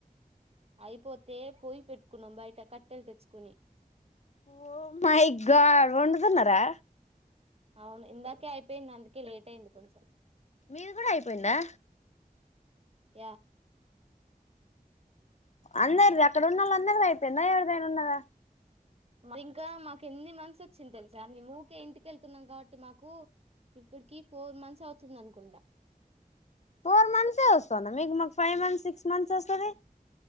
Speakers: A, on the right (about 40°); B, on the left (about 50°).
A: అయిపోతే పొయ పెట్టుకున్నాం బయట కట్టెలు తెచ్చుకుని
B: ఓ మాై గ వండుతున్నారా
A: అవును ఇందాకే అయిపోయింది అందుకే లేట్ అయింది కొంచెం
B: మీది కూడా అయిపోయిందా
A: <inaudible>
B: అందరి ఇక్కడ ఉన్నోలందరిది అయిపోయిందా ఎవరిదైనా ఉన్నదా
A: ఇంకా మాకు ఎన్ని మంత్స్ వచ్చింది తెలుసా మేం ఊకె ఇంటికెళ్తున్నాం కాబట్టి మాకు ఇప్పటికి ఫోర్ మంత్స్ అవుతుంది అనుకుంటా
B: ఫోర్ మంత్సే వస్తందా మీకు మాకు ఫైవ్ మంత్స్ సిక్స్ మంత్స్ వస్తది